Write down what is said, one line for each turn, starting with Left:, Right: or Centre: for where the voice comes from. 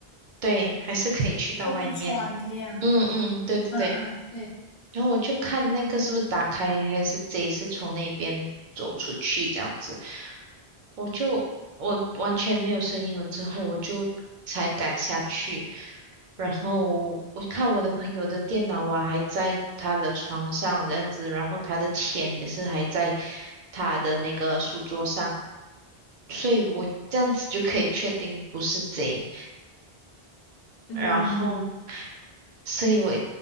Right: 对，还是可以去到外面。
Left: 落地窗这样。
Right: 嗯嗯，嗯，对对对。
Left: 嗯嗯，对，
Right: 然后我就看那个是不是打开，还是贼是从那边走出去这样子。我就我完全没有声音了之后，我就才敢下去。然后我看我的朋友的电脑啊还在他的床上这样子，然后他的钱也是还在他的那个书桌上，所以我这样子就可以确定不是贼。
Left: 嗯
Right: 然后所以我